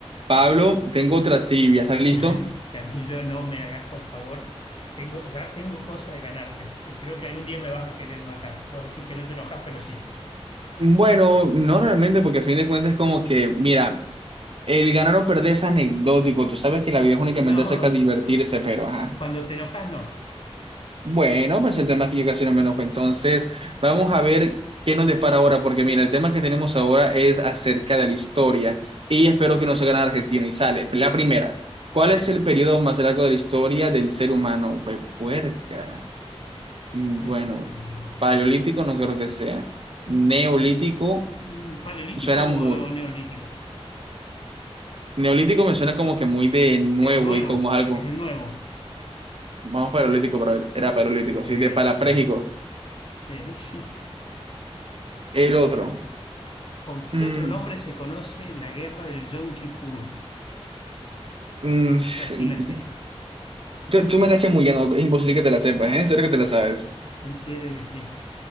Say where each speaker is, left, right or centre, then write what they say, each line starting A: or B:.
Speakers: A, on the right; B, on the left.
A: Pablo, tengo otra trivia, ¿estás listo?
B: <laughs> Camilo, no me hagas, por favor. Tengo, ya tengo cosa de ganarte. Eh, Creo que algún día me vas a querer matar. Vos decís que no te enojas, pero sí.
A: Bueno, no realmente, porque a fin de cuentas es como que, mira, el ganar o perder es anecdótico. Tú sabes que la vida es únicamente
B: No,
A: acerca
B: no, no.
A: de divertirse, pero ajá.
B: Cuando te enojas, no.
A: Bueno, pues el tema es que yo casi no me enojo. Entonces, vamos a ver qué nos depara ahora, porque mira, el tema que tenemos ahora es acerca de la historia y espero que nos hagan argentino y sale. La primera, ¿cuál
B: ¿Cuál
A: es
B: es?
A: el periodo más largo de la historia del ser humano? Pues puerca. Mm,
B: eh,
A: Bueno, paleolítico no creo que sea. Neolítico
B: mm, ¿paleolítico
A: suena
B: o,
A: muy.
B: o neolítico?
A: Neolítico me suena
B: Sí,
A: como que muy de nuevo
B: Sí, el nuevo,
A: y como algo.
B: es el nuevo.
A: Vamos paleolítico, pero era paleolítico,
B: Eso.
A: sí, de palaprégico.
B: Sí, <laughs> sí.
A: El otro.
B: ¿Con
A: Mm,
B: qué otro nombre se conoce la guerra del Yom Kippur?
A: mm,
B: Esa
A: sí,
B: sí la sé.
A: tú, tú me estás chamullando, es imposible que te la sepas, ¿eh? En serio que te la sabes.
B: En serio que sí.